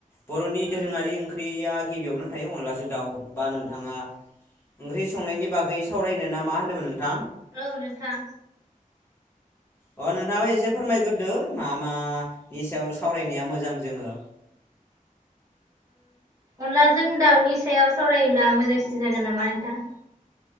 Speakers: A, on the left (about 15°); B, on the right (about 25°).
A: बरनि
B: औ
A: दोरोङारि ओंख्रिया गिबियावनो थायो अनलाजों दाउ बा नोंथाङा। ओंख्रि संनायनि बागै सावरायनो ना मा होन्दोंमोन नोंथां?
B: औ नोंथां।
A: अ नोंथाङाबा एसे फोरमायग्रोदो मा मानि सायाव सावरायनाया मोजां जोङो।
B: अनलाजों दाउनि सायाव सावरायोब्ला मोजांसिन जागोन नामा नोंथां?